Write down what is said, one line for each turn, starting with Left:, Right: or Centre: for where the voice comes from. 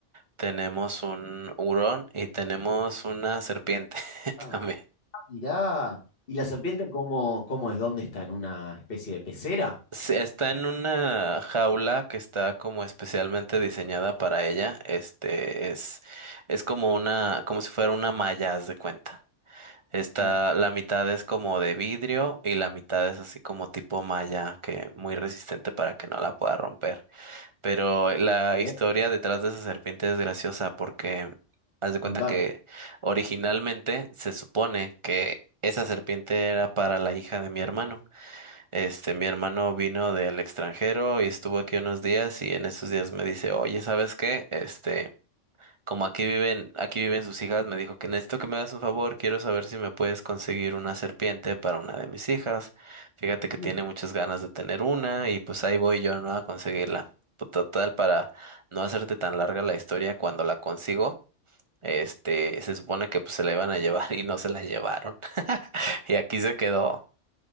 Right: tenemos un hurón y tenemos una serpiente <laughs>
Left: Ah,
Right: también.
Left: ah, mirá. ¿Y la serpiente cómo, cómo es? ¿Dónde está? ¿En una especie de pecera?
Right: Sí, está en una jaula que está como especialmente diseñada para ella. Este es, es como una, como si fuera una malla, haz de cuenta. Está,
Left: Mm,
Right: la mitad es como de vidrio y la mitad es así como tipo malla, que muy resistente para que no la pueda romper. Pero la
Left: Bien,
Right: historia detrás de esa serpiente es graciosa porque haz de cuenta
Left: contame.
Right: que originalmente se supone que esa serpiente era para la hija de mi hermano. Este, mi hermano vino del extranjero y estuvo aquí unos días y en esos días me dice, oye, ¿sabes qué? Este, como aquí viven, aquí viven sus hijas, me dijo que necesito que me hagas un favor, quiero saber si me puedes conseguir una serpiente para una de mis hijas. Fíjate que tiene
Left: Mm,
Right: muchas ganas de tener una y pues ahí voy yo, ¿no? A conseguirla. Pues, Total, para no hacerte tan larga la historia, cuando la consigo, este, se supone que pues se la iban a llevar <laughs> y no se la llevaron. <laughs> Y aquí se quedó.